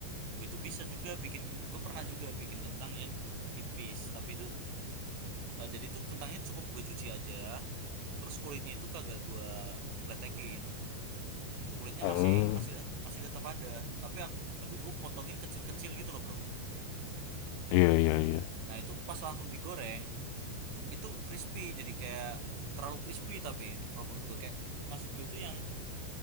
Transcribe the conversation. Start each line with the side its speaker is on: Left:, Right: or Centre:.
Right: Gue itu bisa juga bikin gue pernah juga bikin kentang yang tipis tapi itu eh, jadi itu kentangnya cukup gue cuci aja. Terus kulitnya itu kagak gue pletekin. Kulitnya
Left: Oh,
Right: masih masih masih tetap ada tapi ak- tapi gue potongin kecil-kecil gitu loh bro.
Left: iya iya iya.
Right: Nah itu pas langsung digoreng itu crispy jadi kayak terlalu crispy tapi kalau menurut gue kayak maksud gue itu yang